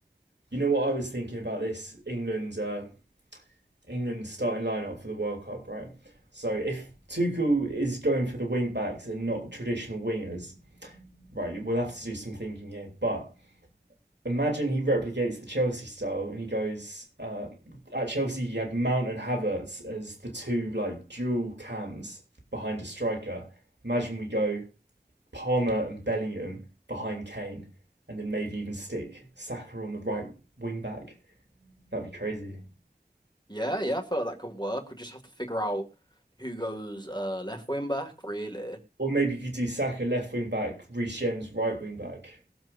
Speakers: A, on the right; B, on the left.
A: You know what I was thinking about this England's uh, England's starting lineup for the World Cup, right? So if Tuchel is going for the wing backs and not traditional wingers, right? We'll have to do some thinking here. But imagine he replicates the Chelsea style and he goes uh, at Chelsea he had Mount and Havertz as the two like dual cams behind a striker. Imagine we go Palmer and Bellingham behind Kane, and then maybe even stick Saka on the right wing back. That'd be crazy.
B: Yeah, yeah, I feel like that could work. We just have to figure out who goes uh, left wing back, really.
A: Or maybe you could do Saka left wing back, Reece James right wing back.